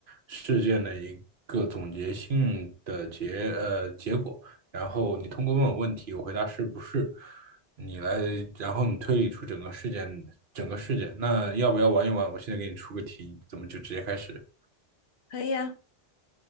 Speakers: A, on the right; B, on the left.
A: 事件的一个总结性的结呃结果。然后你通过问我问题，我回答是不是，你来，然后你推理出整个事件整个事件。那要不要玩一玩？我现在给你出个题，怎么就直接开始。
B: 可以呀。